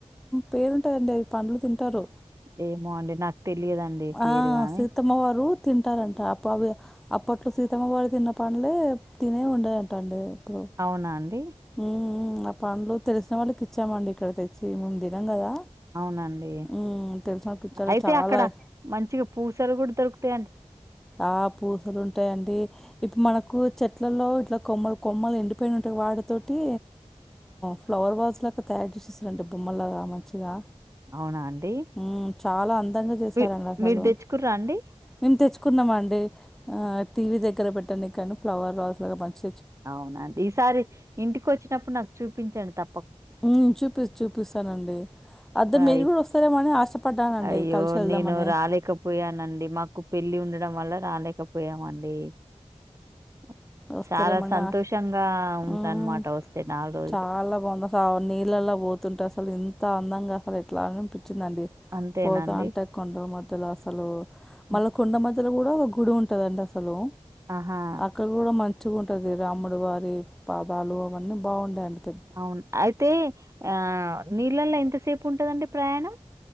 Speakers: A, in the centre; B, on the right.
A: పేరుంటుదండి అవి పండ్లు తింటారు
B: ఏమో అండి నాకు తెలియదండి పేరు
A: ఆ
B: గాని
A: సీతమ్మ వారు తింటారంట అప్పుడు అవి అప్పట్లో సీతమ్మవారి తిన్న పనులే తినే ఉండదంట అండి ఇప్పుడు
B: అవునా అండి
A: మ్మ్ ఆ పండ్లు తెలిసిన వాళ్ళకి ఇచ్చామండి ఇక్కడ తెచ్చి మేము దినం కదా
B: అవునండి
A: మ్మ్ తెలిసిన వాళ్ళకి ఇచ్చారు
B: అయితే
A: చాలా
B: అక్కడ మంచిగా పూసలు కూడా దొరుకుతా
A: ఆ పూసలు ఉంటాయండి ఇప్పు మనకు చెట్లల్లో ఇట్లా కొమ్మలు కొమ్మలు ఎండిపోయిని ఉంటయ్ వాటితోటి ఫ్లవర్ వాజులు అంట తా యర్ చేసేసేరంట అంటే బొమ్మలగా మంచిగా
B: అవునా అండి
A: మ్మ్ చాలా అందంగా చేశారండి
B: మీ
A: అస్సలు
B: మీరు దెచ్చుకుర్రా అండి?
A: మేము తెచ్చుకున్నాం మండి ఆ టీవీ దగ్గర పెట్టనికి అని ఫ్లవర్ వాజ్లగ మంచి
B: అవునండి ఈసారి ఇంటికి వచ్చినప్పుడు నాకు చూపించండి తప్ప
A: మ్ చూపి చూపిస్తానండి అదే
B: అయ్
A: మీరు కూడా వస్తారేమో అని ఆశపడ్డానండి
B: అయ్యో
A: కలిసి వెళ్దామని
B: నేను రాలేకపోయానండి మాకు పెళ్లి ఉండ డం వల్ల రాలేకపోయామండి ఉమ్,
A: వస్తారేమో
B: చాలా సంతోషంగా
A: నా
B: ఉందనమాట
A: మ్
B: వస్తే రోజులు.
A: చాలా బావుంది వంద సావర్ల నీళ్ళల్లో పోతుంటే అసలు ఇ అంత అందంగా అసలు ఎట్లా అనిపించిందండి
B: అంతేనాండి?
A: పోత అంటే కొండలు మధ్యలో అసలు
B: హ్మ్.
A: మళ్ళా కొండ మధ్యలో కూడా ఒక గుడి ఉంటదండి అసలు
B: ఆహా
A: అక్కడ కూడా మంచిగా ఉంటది రాముడు వారి పాదాలు అవన్నీ బావుంటాయ్ అండి
B: అవును అయితే ఆ నీళ్ళల్లో ఎంతసేపు ఉంటందండి ప్రయాణం